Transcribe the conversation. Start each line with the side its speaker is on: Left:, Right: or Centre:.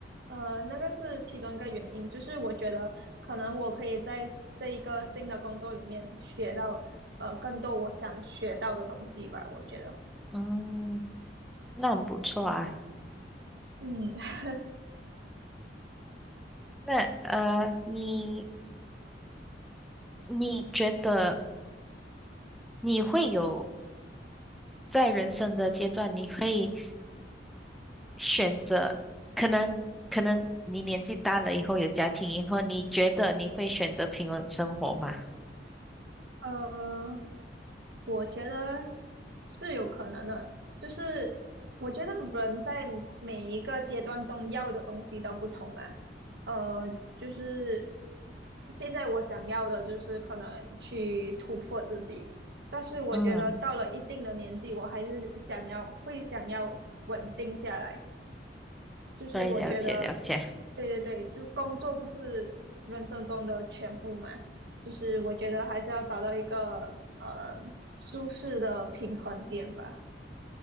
Right: 呃，那个是其中一个原因，就是我觉得可能我可以在 s- 这一个新的工作里面学到呃更多我想学到的东西吧，我觉得，
Centre: 嗯，那很不错啊。
Right: 嗯，<laughs>
Centre: 那呃，你你觉得你会有在人生的阶段，你会选择可能可能你年纪大了以后有家庭以后，你觉得你会选择平稳生活吗？
Right: 呃，我觉得是有可能的，就是我觉得人在每一个阶段中要的东西都不同嘛，呃，就是现在我想要的就是可能去突破自己，但是我觉得到了一定的年纪，
Centre: 嗯，
Right: 我还是想要会想要稳定下来。就是我觉得，
Centre: 对，了解了解。
Right: 对对对，就工作不是人生中的全部嘛，就是我觉得还是要找到一个呃舒适的平衡点吧。